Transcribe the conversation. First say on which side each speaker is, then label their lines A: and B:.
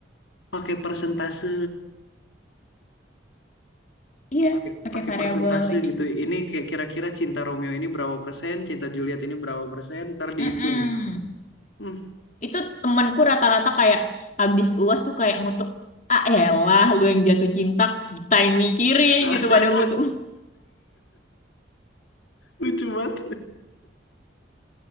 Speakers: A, on the left (about 75°); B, on the left (about 45°).
A: pakai persentase,
B: Iya,
A: pakai
B: pakai
A: pakai
B: variabel
A: persentase
B: kayak gitu.
A: gitu. Ini kayak kira-kira cinta Romeo ini berapa persen, cinta Juliet ini berapa persen, ntar dihitung.
B: Mm-mm.
A: Hmm.
B: Itu temanku rata-rata kayak habis UAS tuh kayak ngutuk, ah elah lu yang jatuh cinta, kita yang mikirin
A: <laughs>
B: gitu pada ngutuk.
A: Lucu banget.